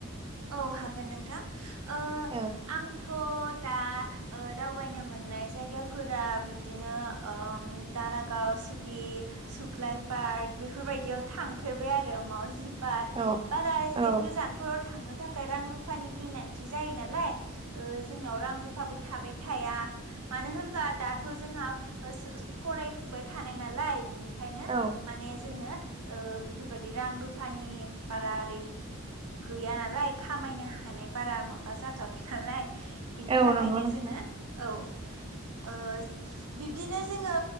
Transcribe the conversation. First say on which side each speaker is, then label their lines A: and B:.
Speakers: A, on the right (about 85°); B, on the right (about 25°).
A: औ हागोन नोंथां ओ
B: औ
A: आं थ' दा दावबायनो मोननाय जायगाफोरा बिब्दिनो ओम दारागाव सुगि सुग्लाय पार्क बेफोरबायदियाव थांफेरबाय आरो मावजि बार
B: औ
A: बारा एसे
B: औ
A: गोजानफोराव थांनो थाखाय रां रुफानि गोनांथि जायो नालाय। ओ जोंनाव रां रुफाबो थाबाय थया मानो होनब्ला दाथ जोंहा फरायफुबाय थानाय नालाय बिनि खायनो
B: औ
A: माने जोङो ओ बेफोरबायदि रां रुफानि बारा ओरै गैया नालाय खामायनो हानाय बारा माबा जाथ'वाखै नालाय बिनि
B: औ
A: थाखायनो
B: नंगौ नोंथां
A: जोङो औ <inaudible> ओ बिब्दिनो जोङो